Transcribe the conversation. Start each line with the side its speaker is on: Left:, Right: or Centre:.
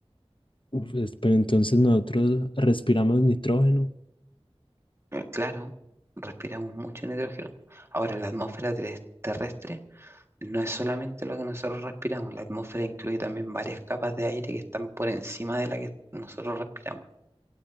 Left: uf, es- pero entonces nosotros respiramos nitrógeno.
Right: Eh, Claro, respiramos mucho nitrógeno. Ahora, la atmósfera teres- terrestre No es solamente lo que nosotros respiramos, la atmósfera incluye también varias capas de aire que están por encima de la que nosotros respiramos.